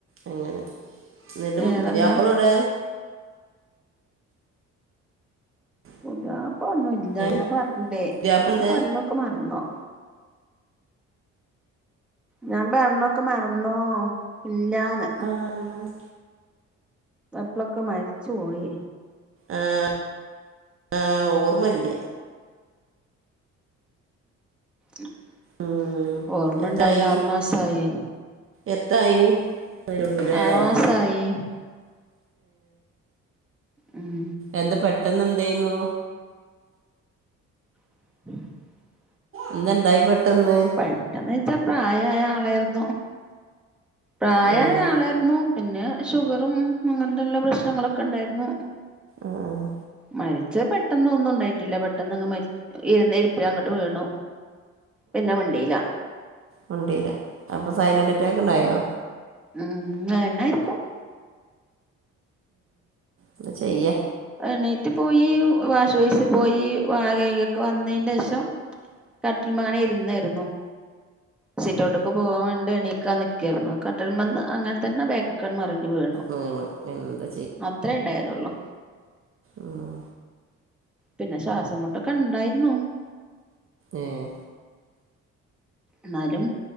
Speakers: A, on the right; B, in the centre.
A: അങ്ങനെ എന്നിട്ടും
B: വേറെന്താ
A: പുതിയപ്പളൊടെ
B: പുതിയാപ്ലാ ഒന്നുംല്ല
A: ഏ
B: ഞാൻ പറഞ്ഞിലെ
A: പുതിയാപ്പിള
B: ഞാൻ
A: എന്ത്
B: പറഞ്ഞതൊക്കെ മറന്നോ ഞാൻ പറഞ്ഞൊക്കെ മറന്നോ ഇല്ലാന്ന്
A: ആഹ്
B: പ്പളൊക്കെ മരിച്ചു പോയി
A: ആഹ് ആ ഓർമ്മല്ല
B: ഉ
A: ഉം.
B: ഓർമ്മ
A: എത്തായി
B: ഇണ്ടാവൂല ആറു മാസായെയ്
A: എത്തായി വരന്നൂലെ
B: ആറു
A: ഏഹ്
B: മാസായി ഉം
A: എന്താ പെട്ടെന്ന് എന്തെയ്ന്നൂ
B: <unintelligible>
A: എന്താണ്ടായി പെട്ടന്ന്
B: പെട്ടെന്ന് വെച്ചാ പ്രായായ ആളായിരുന്നു പ്രായയ
A: ഉം
B: ആളായിരുന്നു പിന്നെ ഷുഗറും അങ്ങനത്തെല്ല പ്രശ്നങ്ങളൊക്കെ ഉണ്ടായിരുന്നു
A: ആഹ് ആഹ്
B: മരിച്ച പെട്ടെന്ന്ഒന്നും ഉണ്ടായിട്ടില്ല പെട്ടെന്ന് അങ്ങ് മരി ഇരന്ന ഇരിപ്പിൽ അങ്ങട്ട് വീണു പിന്നെ മിണ്ടീല
A: മിണ്ടീല അപ്പോ സൈലൻറ് ആക്കറ്റാക്ക് ഇണ്ടായോ
B: ഉം ന്നാ അതന്നെയിരിക്കും
A: എന്താ ചെയ്യാ
B: എണീറ്റ് പോയി വാഷ് വൈയ്സി പോയി വാ കെയ്കൊക്കെ വന്നതിന്റെ ശേഷം കട്ടിൽമങ്ങനെ ഇരുന്നായിരുന്നു സിറ്റ്ഔട്ട്ക്ക് പോവാൻ വേണ്ടി എണീക്കാൻ നിക്കെയിരുന്നു കട്ടിൽമെന്ന് അങ്ങനെ തന്നെ ബേക്ക്ക്ക് ക്കൺ മറിഞ്ഞ് വീണു
A: വീണ് എന്താ
B: അത്രേ ഇണ്ടായതൊള്ളൂ
A: ഉം
B: പിന്നെ ശ്വാസം മുട്ടൊക്കെ ഇണ്ടായിരുന്നു
A: ആഹ്
B: ന്നാലും